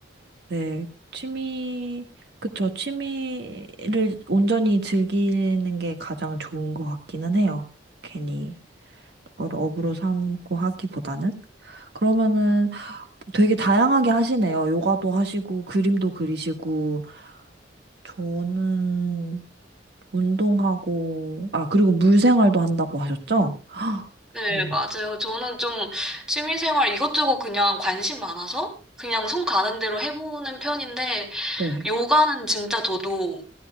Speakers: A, on the right; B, in the centre.
A: 네, 취미, 그쵸. 취미를 온전히 즐기는 게 가장 좋은 것 같기는 해요. 괜히 그걸 업으로 삼고 하기보다는. 그러면은 되게 다양하게 하시네요. 요가도 하시고, 그림도 그리시고, 저는 운동하고, 아, 그리고 물 생활도 한다고 하셨죠? <gasps> 헉,
B: 네,
A: 음,
B: 맞아요. 저는 좀 취미생활 이것저것 그냥 관심 많아서 그냥 손 가는 대로 해보는 편인데
A: 네.
B: 요가는 진짜 저도